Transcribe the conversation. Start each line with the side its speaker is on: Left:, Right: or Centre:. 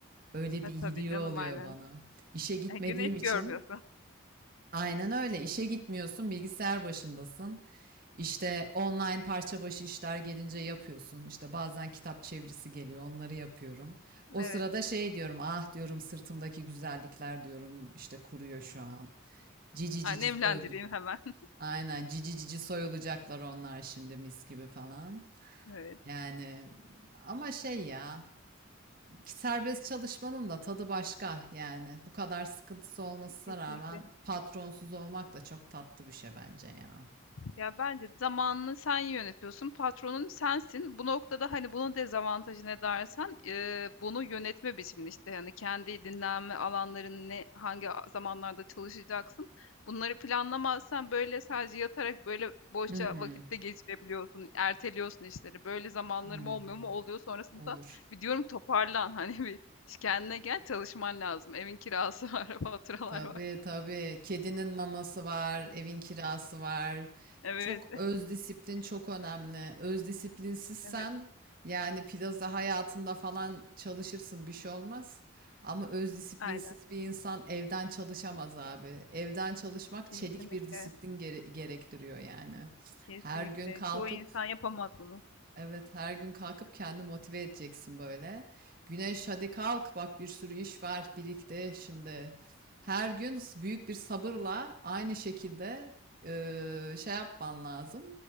Right: Öyle
Left: Ha,
Right: bir iyiliği
Left: tabii canım
Right: oluyor
Left: aynen.
Right: bana. İşe gitmediğim
Left: E, güneş
Right: için
Left: görmüyorsun.
Right: aynen öyle işe gitmiyorsun bilgisayar başındasın. İşte online parça başı işler gelince yapıyorsun. İşte bazen kitap çevirisi geliyor, onları yapıyorum.
Left: <laughs>
Right: O
Left: Evet.
Right: sırada şey diyorum, ah diyorum sırtımdaki güzellikler diyorum işte kuruyor şu an. Cici
Left: Annemlendireyim
Right: cici soyulacak.
Left: hemen. <laughs>
Right: Aynen cici cici soyulacaklar onlar şimdi mis gibi falan.
Left: Evet,
Right: Yani ama şey ya ki serbest çalışmanın da tadı başka yani bu kadar sıkıntısı olmasına
Left: kesinlikle.
Right: rağmen patronsuz olmak da çok tatlı bir şey bence ya.
Left: Ya bence zamanını sen yönetiyorsun, patronun sensin. Bu noktada hani bunun dezavantajı ne dersen e, bunu yönetme biçimini işte yani kendi dinlenme alanlarını ne, hangi a- zamanlarda çalışacaksın. Bunları planlamazsan böyle sadece yatarak böyle boşça
Right: Hı hı.
Left: vakitte geçirebiliyorsun, erteliyorsun işleri. Böyle zamanlarım
Right: Hmm,
Left: olmuyor mu? Oluyor sonrasında
Right: Olur.
Left: bir diyorum toparlan <laughs> hani bir kendine gel çalışman lazım. Evin kirası var, <laughs> faturalar
Right: Tabii
Left: var.
Right: tabii. Kedinin maması var, evin kirası var.
Left: Evet,
Right: Çok öz disiplin çok önemli. Öz disiplinsizsen
Left: evet,
Right: yani plaza hayatında falan çalışırsın bir şey olmaz. Ama öz disiplinsiz
Left: aynen
Right: bir insan evden çalışamaz abi. Evden çalışmak
Left: kesinlikle.
Right: çelik bir disiplin gere- gerektiriyor yani.
Left: Kesinlikle.
Right: Her gün kalkıp
Left: Çoğu insan yapamaz bunu.
Right: Evet, her gün kalkıp kendi motive edeceksin böyle. Güneş hadi kalk bak bir sürü iş var birikti şimdi. Her gün s- büyük bir sabırla aynı şekilde eee, şey yapman lazım.